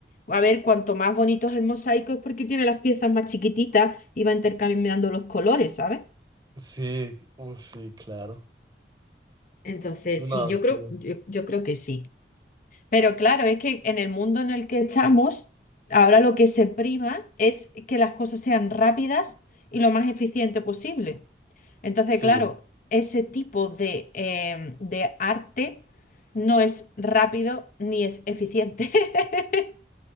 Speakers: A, on the left; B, on the right.
A: a ver, cuanto más bonito es el mosaico es porque tiene las piezas más chiquititas y va intercambiando los colores, ¿sabes?
B: Sí, uf, sí, claro.
A: Entonces,
B: No,
A: sí, yo creo,
B: sí,
A: yo, yo creo que sí. Pero claro, es que en el mundo en el que estamos, ahora lo que se prima es que las cosas sean rápidas y lo más eficiente posible. Entonces,
B: sí,
A: claro, ese tipo de, em, de arte no es rápido ni es eficiente. <laughs>